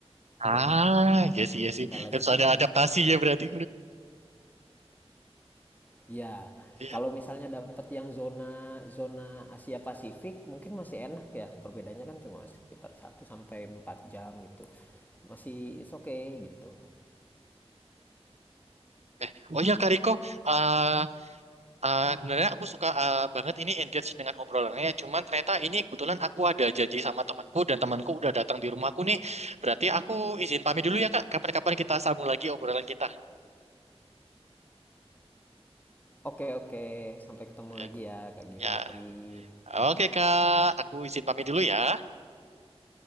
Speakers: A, on the left (about 15°); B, on the right (about 85°).
A: tuh
B: ah iya sih iya sih
A: kendalanya
B: harus
A: sih
B: ada
A: paling
B: adaptasi
A: itu
B: ya berarti
A: ya
B: Iya.
A: kalau misalnya dapat yang zona zona Asia Pasifik mungkin masih enak ya perbedaannya kan cuma sekitar satu sampai 4 jam gitu masih is okay gitu
B: Eh, oh ya Kak Riko eh, Eh, sebenarnya aku suka eh, banget ini engage dengan obrolannya. Cuman ternyata ini kebetulan aku ada janji sama temanku dan temanku udah datang di rumahku nih. Berarti aku izin pamit dulu ya Kak. Kapan-kapan kita sambung lagi obrolan kita.
A: Oke, oke. Sampai ketemu
B: Eh,
A: lagi ya, Kak Givari.
B: Ya, oke Kak. Aku izin pamit dulu ya.